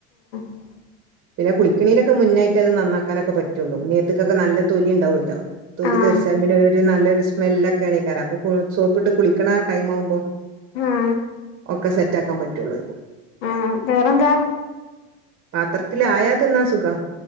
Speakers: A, on the left; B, on the right.
A: <unintelligible>
B: പിന്നെ കുളിക്കണീനൊക്കെ മുന്നായിട്ടത് നന്നാക്കാനൊക്കെ പറ്റുള്ളൂ മേത്ത്ക്കൊക്കെ നല്ല തൊലി ഇണ്ടാവുല്ലോ തൊലി
A: ആഹ്
B: തെറിച്ചാലും പിന്നെ ഒരു നല്ലൊരു സ്മെല്ലേക്കേണ്കാരം അപ്പൊ സോപ്പിട്ട് കുളിക്കണ ടൈം ആവുമ്പോ
A: ആഹ്
B: ഒക്കെ സെറ്റാക്കാൻ പറ്റൊള്ളത്
A: ആഹ് വേറെന്താ
B: പാത്രത്തിലായ തിന്നാ സുഖം